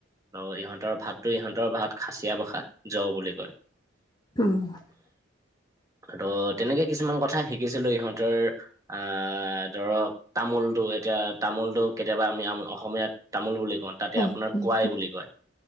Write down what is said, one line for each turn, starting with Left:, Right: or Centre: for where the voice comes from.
Right: আৰু ইহঁতৰ ভাতটো ইহঁতৰ ভাত খাচিয়া ভাষাত জ বুলি কয়
Left: <inaudible>
Right: ত তেনেকে কিছুমান কথা শিকিছিলো ইহঁতৰ আ ধৰক তামোলটো এতিয়া তামোলটো কেতিয়াবা আমি অসমীয়াত তামোল বুলি কওঁ তাতে
Left: হয়
Right: আপোনাৰ
Left: হয়
Right: কোৱাই বুলি কয়